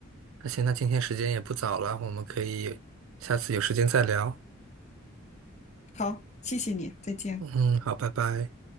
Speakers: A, on the right; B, on the left.
A: 那行，那今天时间也不早了，我们可以下次有时间再聊。
B: 好，谢谢你，再见。
A: 嗯，好，拜拜。